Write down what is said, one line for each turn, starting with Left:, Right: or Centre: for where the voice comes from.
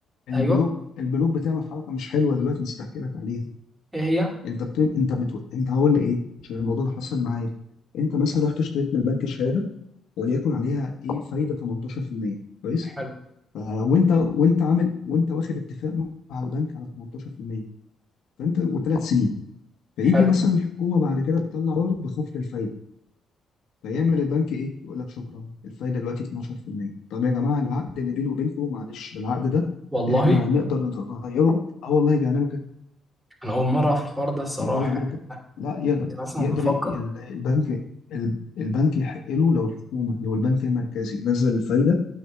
Left: البنوك
Right: ايوه
Left: البنوك بتعمل حركه مش حلوه دلوقتي نسيت احكي لك عليها
Right: ايه هي؟
Left: انت بت... انت بتو... انت هقول لي ايه عشان الموضوع ده حصل معايا انت مثلا رحت اشتريت من البنك شهاده وليكن عليها ايه فايده 18% كويس
Right: حلو
Left: آه، وانت وانت عامل وانت واخد اتفاق مع البنك على 18% فانت وثلاث سنين فيجي
Right: حلو
Left: مثلا الحكومه بعد كده تطلع قرار بخفض الفايده فيعمل البنك ايه؟ يقول لك شكرا الفايده دلوقتي 12% طب يا جماعه العقد اللي بيني وبينكم معلش ده العقد ده
Right: والله
Left: احنا نقدر نغيره اه والله بيعملوا كده
Right: انا اول مرة في الحوار ده الصراحة
Left: يقدروا يعملوا
Right: يعني
Left: كده لا يقدر
Right: كنت مثلا
Left: يقدر
Right: بفكر
Left: ي- ال- البنك ال- البنك يحق له لو الحكومه لو البنك المركزي نزل الفايده